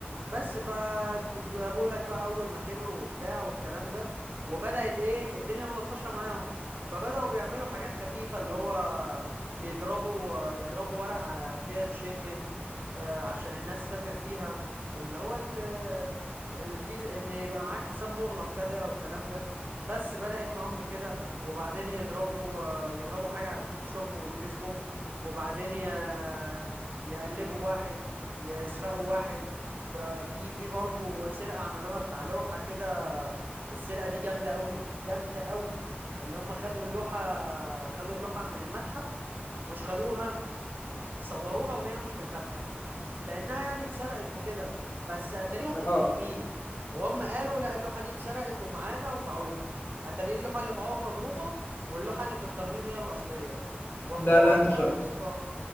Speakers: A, on the right (about 50°); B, on the left (about 55°).
A: بس فجابوا لك بقى أول ما كبروا وبتاع والكلام ده وبدأت إيه الدنيا ملطشة معاهم فبدأوا بيعملوا حاجات خفيفة اللي هو بيضربوا يضربوا ورق على فيز شنجن آه، عشان الناس تسافر بيها اللي هو ال- الفيزا ان يبقى معاك حساب مغلق كده والكلام ده بس بدأت معاهم بكده وبعدين يضربوا آه، يضربوا حاجة على الفوتوشوب والفيسبوك وبعدين ي- يقلبوا واحد يسرقوا واحد ب- في في برضه سرقة عملوها بتاع لوحة كده السرقة دي جامدة قوي جامدة قوي اللي هم خدوا اللوحة خدوا اللوحة من المتحف مش خدوها صوروها وهي مش في المتحف كأنها يعني اتسرقت وكده بس اتاريها في
B: اه
A: الترميم وهم قالوا لا اللوحة دي اتسرقت ومعانا وباعوها اتاري اللوحة اللي باعوها مضروبة واللوحة اللي في الترميم هي الأصلية وحوار
B: لا لا انت شك...
A: بقى يا اسطى